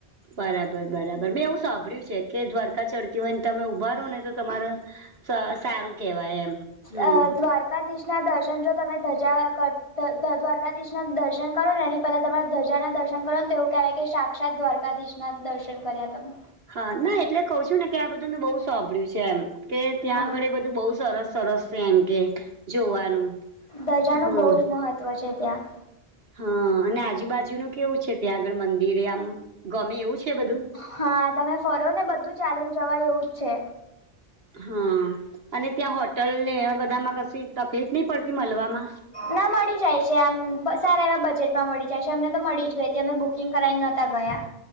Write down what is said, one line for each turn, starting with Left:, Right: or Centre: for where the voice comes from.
Right: બરાબર બરાબર. મેં એવું સાંભળ્યું છે કે દ્વારકા ચઢતી હોય ને તમે ઊભા રો ને તો તમારે સ સારું કેવાય એમ. હમ
Left: અ દ્વારકાધીશના દર્શન જો તમે ધજા કર દ દ દ્વારકાધીશ ના દર્શન કરોને એની પેલા તમારા ધજાના દર્શન કરો તો એવું કે કે શા ક્ષાત દ્વારકાધીશના દર્શન કર્યા તમે.
Right: હા નય. એટલે કઉ છું ને કે આ બધું મે બઉ સાભળ્યું છે એમ કે ત્યાં
Left: હા
Right: આગળ એ બધું બહુ સરસ સરસ સે એમ કેય જોવાનું.
Left: ધજાનું
Right: હા
Left: બઉ જ મહત્ત્વ છે ત્યાં.
Right: હા અને આજુબાજુનું કેવું છે ત્યાં આગળ મંદિરે આમ. ગમે એવું છે બધું?
Left: હા તમે ફરો ને બધું ચાલીન જવાય એવું જ છે.
Right: હા અને ત્યાં હોટલ ને એવા બધામાં કશી તકલીફ નઇ પડતી મલવામાં?
Left: ના મળી જાય છે આમ, સારા એવા બજેટમાં મળી જાય છે અમને તો મળી જ ગઈતી, અમે બુકિંગ કરાવી નતા ગયા.